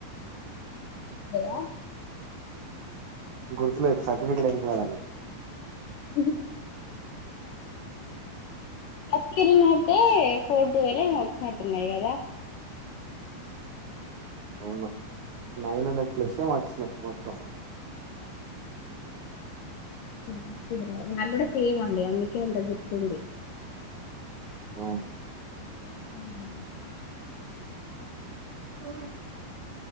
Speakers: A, on the left; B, on the right.
A: <unintelligible>
B: గుర్తు లేదు సర్టిఫికెట్లో వెతుకులాడాలి
A: డి ఫస్ట్ ఇయర్ అయితే ఫోర్ టువల్ ఏమో వచ్చినట్టున్నాయి కదా
B: అవును నైన్ హండ్రెడ్ ప్లస్ ఏమో వచ్చినయి మొత్తం
A: నీకి నాకు కూడా సేమ్ అండి అందుకే అంత గుర్తుంది
B: అవును
A: <unintelligible>
B: ఓ